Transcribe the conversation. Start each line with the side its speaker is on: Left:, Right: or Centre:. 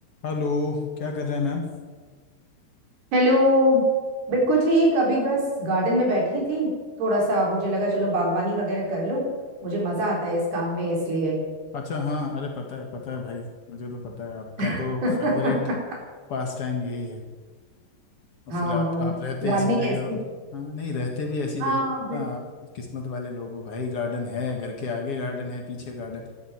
Left: Hello क्या कर रहे हैं मैम
Right: हेलो बिल्कुल ठीक अभी बस गार्डन में बैठी थी थोड़ा सा मुझे लगा चलो बागवानी वगैरह कर लो मुझे मजा आता है इस काम में इसलिए
Left: अच्छा हाँ अरे पता है पता है भाई मुझे तो पता है आपका
Right: <laughs>
Left: तो फेवरेट पास टाइम यही है और
Right: हाँ
Left: फिर आप आप रहते
Right: गार्डनिंग
Left: ऐसी जगह
Right: ऐसी
Left: हो हाँ नहीं रहते भी ऐसी
Right: हाँ
Left: जगह हो।
Right: बिल्कुल
Left: हाँ आप किस्मत वाले लोग हो भाई गार्डन है घर के आगे गार्डन है पीछे गार्डन